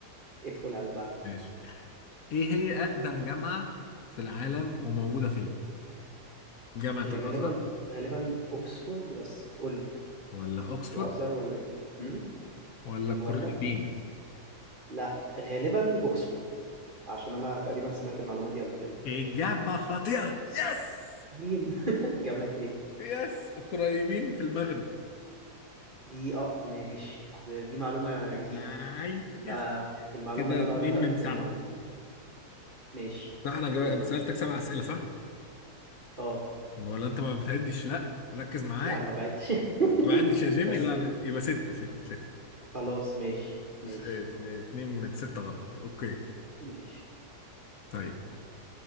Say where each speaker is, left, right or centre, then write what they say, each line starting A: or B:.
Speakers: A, on the right; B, on the left.
A: ادخل على اللي بعده
B: ماشي ايه هي اقدم جامعة في العالم وموجودة فين جامعة
A: هي
B: الازهر
A: غالبا غالبا اوكسفورد بس قول لي
B: ولا اوكسفورد
A: الازهر ولا ايه امم
B: ولا القرويين
A: ولا لا غالبا اوكسفورد عشان انا تقريبا سمعت المعلومه دي قبل كده
B: إجابة خاطئة يس
A: مين <laughs> جامعه ايه
B: يس قريبين في المغرب
A: دي اه ماشي دي معلومه جديده
B: هاي
A: يبقى
B: يس
A: المعلومه
B: كده
A: اللي
B: اتنين
A: انا قريتها قبل
B: من
A: كده
B: سبعة
A: مغلوطه ماشي
B: صح انا جاوب.
A: يلا
B: أنا سألتك
A: بينا
B: سبع اسئلة صح؟
A: اه
B: ولا انت ما بتعدش لا ركز معايا
A: لا ما بعدتش
B: ما بعدش
A: <laughs>
B: يا جيمي
A: بس
B: لا
A: ايه
B: انا يبقى ستة ستة ستة
A: خلاص ماشي ماشي
B: س- اتنين اتنين من ستة غلط اوكي
A: ماشي
B: طيب